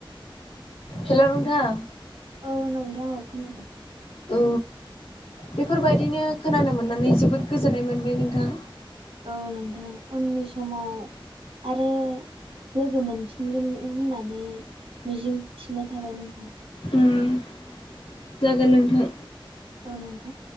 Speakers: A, on the left; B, on the right.
A: हेल' नोंथां
B: औ नोंथां औ खोनादों।
A: औ बेफोरबायदिनो खोनानो मोननानै जोबोद गोजोननाय मोनबाय नोंथां
B: औ नोंथां उननि समाव आरो लोगो मोनफिनगोन होननानै मिजिं थिनाय थाबाय नोंथां।
A: उम जागोन नोंथां।
B: औ नोंथां।